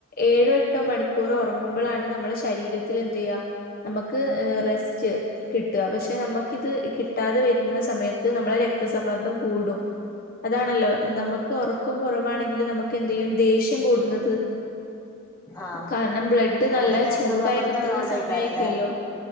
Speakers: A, on the left (about 45°); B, on the left (about 20°).
A: ഏഴോ എട്ടോ മണിക്കൂർ ഒറങ്ങുമ്പളാണ് നമ്മളെ ശരീരത്തില് എന്തെയ്യാ നമ്മ്ക്ക് റെസ്റ്റ് കിട്ട്കാ പക്ഷെ നമ്മ ഇത് കിട്ടാതെ വെരുന്ന സമയത്ത് നമ്മളെ രക്തസമ്മർദ്ദം കൂടും അതാണല്ലോ നമ്മക്ക് ഒറക്കം കൊറവാണെങ്കില് നമ്മക്ക് എന്തെയ്യും ദേഷ്യം കൂടുന്നത്
B: ആഹ്
A: കാരണം ബ്ലഡ് നല്ല
B: അതൊക്കെ രക്തസമ്മർദ്ദം
A: ചൂടായി നിക്ക്‌ന്ന
B: ഉള്ളോണ്ടേക്കാരം
A: സമയം ആയിക്കുവല്ലോ
B: അല്ലേ